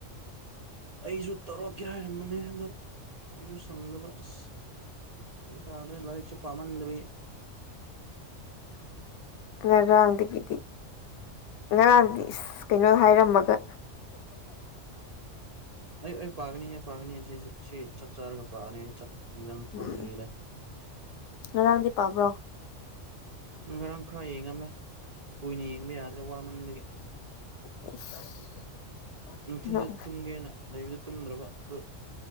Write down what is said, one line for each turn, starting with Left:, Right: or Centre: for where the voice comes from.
Right: ꯑꯩꯁꯨ ꯇꯧꯔꯛꯀꯦ ꯍꯥꯏꯔꯝꯕꯅꯤ ꯍꯥꯏꯗ ꯑꯩꯁꯨ ꯁꯪꯗꯕ ꯑꯁ ꯌ ꯇꯥꯗꯅ ꯂꯥꯏꯔꯤꯛꯁꯨꯦ ꯄꯥꯝꯍꯟꯗꯕꯤ
Left: ꯑꯔ ꯋꯥꯗꯤ ꯀꯗꯤ ꯉꯔꯥꯡꯗꯤ ꯀꯩꯅꯣ ꯍꯥꯏꯔꯝꯃꯒ
Right: ꯑꯩ ꯑꯩ ꯄꯥꯛꯅꯤꯍꯦ ꯄꯥꯛꯅꯤ ꯁꯤ ꯁꯤ ꯆꯥꯛ ꯆꯥꯔꯒ ꯄꯥꯛꯒꯅꯤ ꯑꯩ ꯏꯟꯖꯥꯡ ꯊꯣꯡꯂꯤꯗ
Left: ꯎꯝ ꯉꯔꯥꯡꯗꯤ ꯄꯥꯕ꯭ꯔꯣ
Right: ꯉꯔꯥꯡ ꯈꯔ ꯌꯦꯡꯉꯝꯃꯦ ꯀꯨꯏꯅ ꯌꯦꯡꯕ ꯌꯥꯗ꯭ꯔꯥ ꯋꯥꯃꯟꯕꯒꯤ
Left: <unintelligible>
Right: ꯅꯨꯡꯊꯤꯟꯗ
Left: ꯎꯝ
Right: ꯇꯨꯝꯒꯦꯅ ꯂꯩꯕꯗꯨ ꯇꯨꯝꯗ꯭ꯔꯕ ꯑꯗꯣ